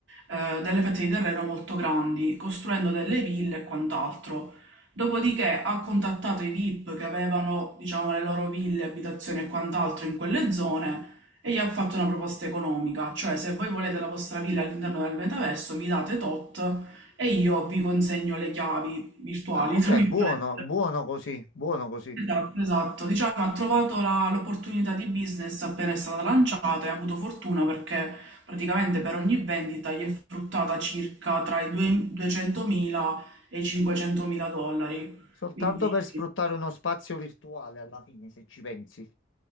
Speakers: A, on the right; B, on the left.
A: eh, delle fette di terreno molto grandi, costruendo delle ville e quant'altro. Dopodiché ha contattato i VIP che avevano, diciamo, le loro ville, abitazioni e quant'altro in quelle zone e gli ha fatto una proposta economica, cioè se voi volete la vostra villa all'interno del metaverso mi date tot e io vi consegno le chiavi virtuali,
B: Ah, ok,
A: tra virgolette.
B: buono, buono così, buono così.
A: Esatto, esatto. Diciamo, ha trovato la- l'opportunità di business appena è stata lanciata e ha avuto fortuna perché praticamente per ogni vendita gli è fruttata circa tra i due- 200.000 e i 500.000 dollari.
B: Soltanto
A: Quindi,
B: per sfruttare uno spazio virtuale alla fine, se ci pensi.